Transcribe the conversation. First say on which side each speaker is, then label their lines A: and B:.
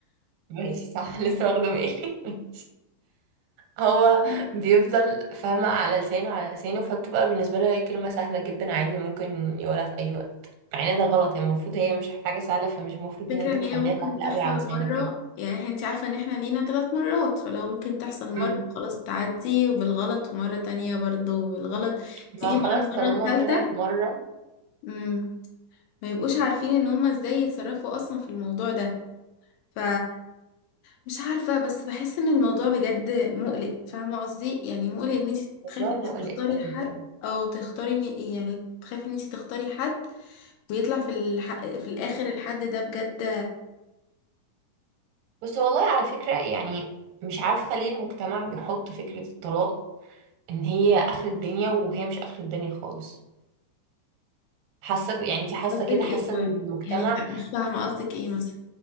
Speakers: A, on the right; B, on the left.
A: ماشي صح لسه واخده بالي <laughs> هو
B: مم.
A: بيفضل فاهمة على لسانه على لسانه فبتبقى بالنسبة له هي كلمة سهلة جدا عادي ممكن يقولها في أي وقت مع ان ده غلط هي المفروض هي مش حاجة سهلة فمش المفروض
B: فكرة
A: ان انت
B: ان
A: تخليها
B: هي ممكن
A: سهلة
B: تحصل
A: قوي على لسانك
B: مرة
A: كده
B: يعني إحنا- انت عارفة ان احنا لينا ثلاث مرات فلو ممكن تحصل مرة
A: مم.
B: خلاص تعدي وبالغلط ومرة تانية برضو بالغلط
A: ما
B: تيجي
A: خلاص
B: بقى المرة
A: طالما
B: الثالثة
A: طلعت مرة
B: امم ما يبقوش عارفين ان هما ازاي يتصرفوا اصلا في الموضوع ده ف مش عارفة بس بحس ان الموضوع بجد مقلق فاهمة قصدي يعني مقلق ان انت
A: الموضوع
B: تخافي ان انت
A: مقلق
B: تختاري
A: قوي
B: حد
A: فاهمة
B: او تختاري ان يعني تخافي ان انت تختاري حد ويطلع في الح... في الاخر الحد ده بجد
A: بس والله على فكرة يعني مش عارفة ليه المجتمع بيحط فكرة الطلاق ان هي آخر الدنيا وهي مش آخر الدنيا خالص حاسة ب- يعني انت حاسة
B: قصدك
A: كده حاسة
B: ايه طيب
A: ان المجتمع
B: يعني مش فاهمة قصدك ايه مثلا